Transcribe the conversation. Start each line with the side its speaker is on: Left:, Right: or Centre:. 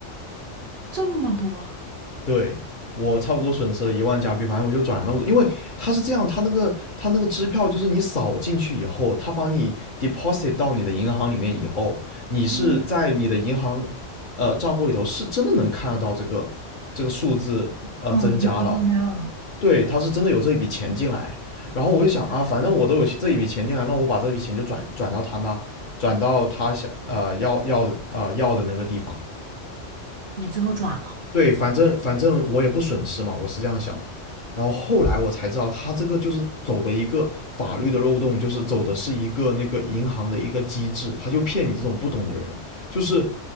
Right: 这么多？
Left: 对我差不多损失了一万加币，反正我就转了那么多，因为他是这样，他那个他那个支票就是你扫进去以后，他把你 deposit 到你的银行里面以后，你是在你的银行
Right: 嗯，
Left: 呃账户里头是真的能看得到这个这个数字呃增加了，
Right: 哦，余额增加了，
Left: 对，他是真的有这一笔钱进来，然后我就想啊，
Right: 明白。
Left: 反正我都有这一笔钱进来，那我把这笔钱就转转到他那，转到他想呃要要呃要的那个地方，
Right: 你最后转了？
Left: 对，反正反正我也不损失嘛，我是这样想的。然后后来我才知道，他这个就是走的一个法律的漏洞，就是走的是一个那个银行的一个机制，他就骗你这种不懂的人。就是